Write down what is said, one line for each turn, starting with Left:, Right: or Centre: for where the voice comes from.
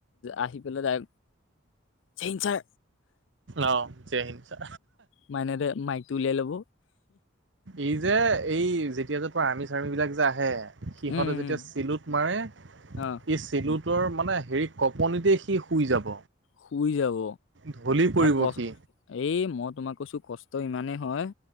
Left: আহি পেলাই তাইনাৰ।
Right: অ' জয় হিংঞ্চা
Left: মাইহতে মাইকটো উলিয়াই ল'ব।
Right: এই যে এই যেতিয়া যে তৰা আৰ্মি চাৰ্মি বিলাক যে আহে। সিহঁতে
Left: উম
Right: যেতিয়া
Left: উম
Right: চিলোত মাৰে ই
Left: অ
Right: চিলোত তৰ মানে হেৰি কঁপনিতে সি শুই যাব।
Left: শুই যাব।
Right: ঢলি পৰিব
Left: আৰু ক
Right: সি
Left: এই মই তোমাক কৈছো কষ্ট ইমানেই হয়।